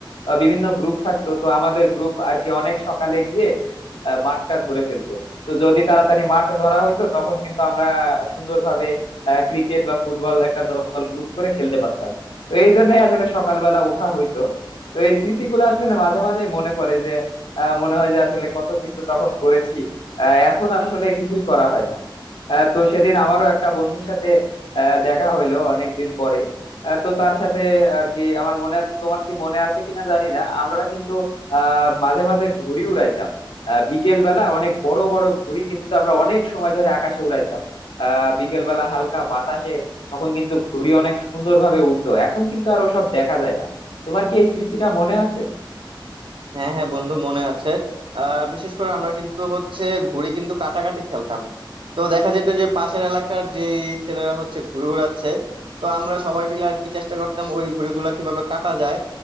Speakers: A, on the left (about 80°); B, on the right (about 75°).
A: আহ, বিভিন্ন গ্রুপ থাকতো তো আমাদের গ্রুপ আর কি অনেক সকালে গিয়ে আহ, মাঠটা ধরে ফেলতো তো যদি তাড়াতাড়ি মাঠ ধরা হইতো তখন কিন্তু আমরা সুন্দরভাবে ক্রিকেট বা ফুটবল একটা দল গ্রুপ করে খেলতে পারতাম তো এই জন্যই আসলে সকালবেলা উঠা হইতো তো এই স্মৃতিগুলো আসলে মাঝে মাঝে মনে পড়ে যে আহ, মনে হয় যে আসলে কত কিছু তখন করেছি আহ, এখন আসলে কিছুই করা হয় না আহ, তো সেদিন আমারও একটা বন্ধুর সাথে আহ, দেখা হইলো অনেকদিন পরে আহ, তো তার সাথে আর কি আমার মনে আছে তোমার কি মনে আছে কিনা জানি না আমরা কিন্তু আহ মাঝে মাঝে ঘুড়ি উড়াইতাম আহ বিকেল বেলা অনেক বড় বড় ঘুড়ি কিন্তু আমরা অনেক সময় ধরে আকাশে উড়াইতাম আহ বিকেলবেলা হালকা বাতাসে তখন কিন্তু ঘুড়ি অনেক সুন্দরভাবে উড়তো এখন কিন্তু আর ওসব দেখা যায় না তোমার কি এই স্মৃতিটা মনে আছে
B: হ্যাঁ হ্যাঁ বন্ধু মনে আছে আহ বিশেষ করে আমরা কিন্তু হচ্ছে ঘুড়ি কিন্তু কাটাকাটি খেলতাম তো দেখা যেত যে পাশের এলাকার যে ছেলেরা হচ্ছে ঘুড়ি উড়াচ্ছে তো আমরা সবাই মিলে আর কি চেষ্টা করতাম ওই ঘুড়িগুলা কিভাবে কাটা যায়